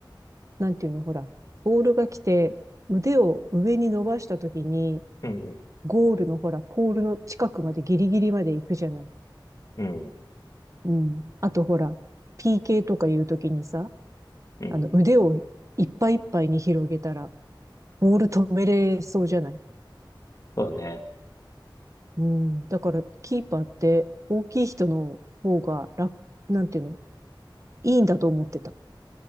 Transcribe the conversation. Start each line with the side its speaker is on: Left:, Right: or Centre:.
Right: なんていうの、ほら、ボールが来て、腕を上に伸ばしたときに、
Left: うん。
Right: ゴールのほら、ポールの近くまでギリギリまで行くじゃない。
Left: うん。
Right: うん。あとほら、PK とかいうときにさ、
Left: うん。
Right: あの、腕をいっぱいいっぱいに広げたら、ボール止めれそうじゃない。
Left: そうだね。
Right: うん。だから、キーパーって、大きい人の方が楽、なんていうの、いいんだと思ってた。